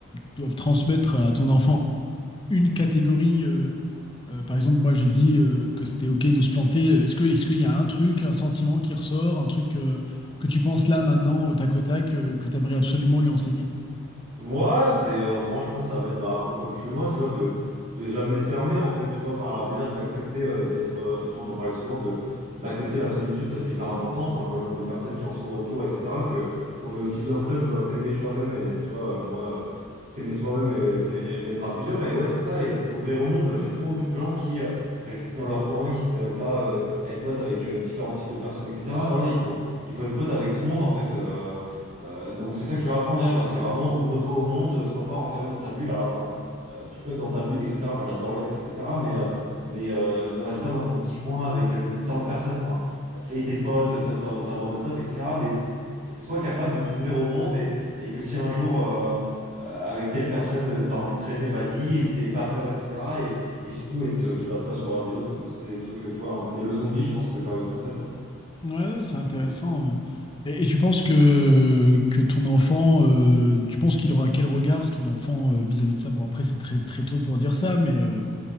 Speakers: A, on the left (about 20°); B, on the right (about 35°).
A: doives transmettre à ton enfant une catégorie euh, euh, par exemple moi j'ai dit euh, que c'était ok de se planter est-ce que est-ce qu'il y a un truc un sentiment qui ressort un truc euh, que tu penses là maintenant au tac au tac euh, que tu aimerais absolument lui enseigner
B: Moi, c'est euh, moi je pense que ça va être bah, un peu comme je suis moi, tu vois, de de jamais se fermer en fait, tu vois. Enfin, alors déjà d'accepter euh, d'être, euh, tu vois, on en parlait souvent de d'accepter la solitude, ça c'est hyper important. Enfin, je vois le nombre de personnes qui en souffrent autour, etc. Que qu'on est aussi bien seul, faut s'aimer soi-même et tu vois, euh, moi euh, s'aimer soi-même et, euh, s'aimer être à plusieurs et ouais c'est ça et t'ouvrir au monde. J'ai trop vu de gens qui euh, restaient dans leur coin, qui savaient pas euh, être potes avec euh, différents types de personnes, etc. Voilà, il faut il faut être pote avec tout le monde en fait. euh, euh, donc c'est ça que je leur apprendrai, moi. C'est vraiment ouvre-toi au monde, euh, sois pas renfermé dans ta bulle. Alors, enfin, euh, tu peux être dans ta bulle, etc. Moi, j'adore l'être, etc. Mais, euh, mais euh, ne reste pas dans ton petit coin avec euh, tant de personnes, enfin, et tes potes, ta, ta- ta bande de potes, etc. Mais s- sois capable de t'ouvrir au monde et, et que si un jour, euh, euh, avec telle personne, tu as envie de traîner, vas-y, et n'aie pas peur, etc. Et, et surtout, et te, te base pas sur le regard des autres, quoi. Ça, c'est des trucs, euh, tu vois, un peu des leçons de vie, je pense que j'ai envie de transmettre, ouais.
A: Ouais, c'est intéressant. hein. Et, et tu penses que, que ton enfant, euh, tu penses qu'il aura quel regard ton enfant euh, vis-à-vis de ça? Bon, après, c'est très, très tôt pour dire ça, mais euh,